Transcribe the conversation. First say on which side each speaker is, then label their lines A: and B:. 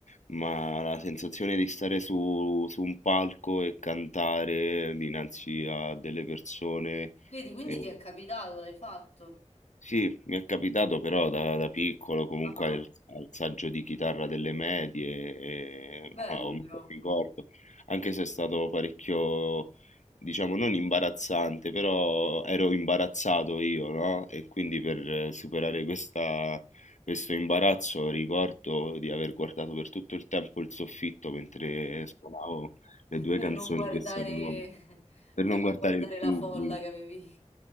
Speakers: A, on the left; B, on the left.
A: ma la sensazione di stare su su un palco e cantare dinanzi a delle persone,
B: Vedi, quindi
A: ehm
B: ti è capitato, l'hai fatto?
A: Sì, mi è capitato però da, da piccolo comunque
B: Ah, ah,
A: al, al saggio di chitarra delle medie, e,
B: bello
A: <laughs> ho un
B: però.
A: bel ricordo, anche se è stato parecchio, diciamo, non imbarazzante, però ero imbarazzato io, no? E quindi per eh, superare questa- questo imbarazzo ricordo di aver guardato per tutto il tempo il soffitto mentre suonavo le due
B: per
A: canzoni
B: non guardare,
A: che sapevo,
B: <laughs>
A: per
B: per
A: non
B: non
A: guardare
B: guardare
A: il pubblico.
B: la folla che avevi.